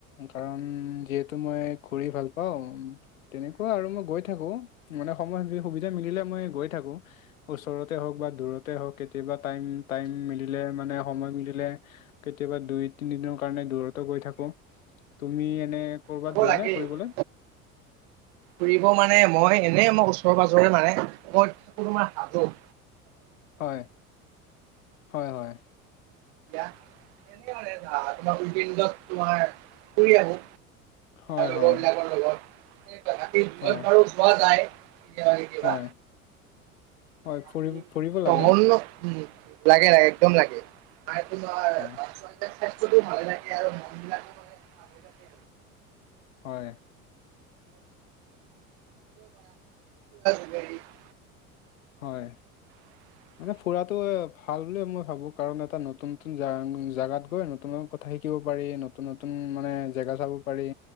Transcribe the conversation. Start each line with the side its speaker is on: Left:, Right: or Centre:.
Left: কাৰণ যিহেতু মই ফুৰি ভাল পাওঁ। তেনেকুৱা আৰু মই গৈ- থাকো মানে সময় সুবিধা মিলে মই গৈ থাকো ওচৰতে হওক বা দূৰত- তে হওক কেতিয়াবা টাইম টাইম মিলে মানে সময় মিলে। কেতিয়াবা দুই তিনি দিনৰ কাৰণে দূৰতো গৈ থাকো তুমি এনে। ক'ৰবাত
Right: যাব
Left: যোৱা
Right: লাগে।
Left: নে ফুৰিবলে।
Right: ফুৰিব মানে মই এনেই মই ওচৰে পাজৰে মানে মই থাকো তোমাৰ হাজুত,
Left: হয় হয় হয়
Right: <unintelligible> এনে তোমাৰ উিন গছ তোমাৰ ফুৰি আহো।
Left: হয়
Right: লগৰ
Left: হয়
Right: বিলাকৰ লগত ৰাতি যত
Left: হয়
Right: বাৰো যোৱা যায়। কেতিয়াবা।
Left: হয় হয়
Right: বাকী
Left: ফৰিব ফুৰিব
Right: ভ্ৰমণ
Left: লাগে।
Right: উম লাগে লাগে একদম লাগে নাই তোমাৰ-
Left: হয়
Right: স্বাস্থ্যতো ভালে থাকে আৰু মন বিলাকো মানে ভালে থাকে
Left: হয়
Right: আৰু। <unintelligible>
Left: হয়।
Right: <inaudible>
Left: মানে ফুৰাটো ভাল বুলিয়ে মই ভাবোঁ কাৰণ এটা নতুন নতুন জে জেগাত গৈ নতুন, কথা শিকিব পাৰি নতুন নতুন মানে জেগা চাব পাৰি।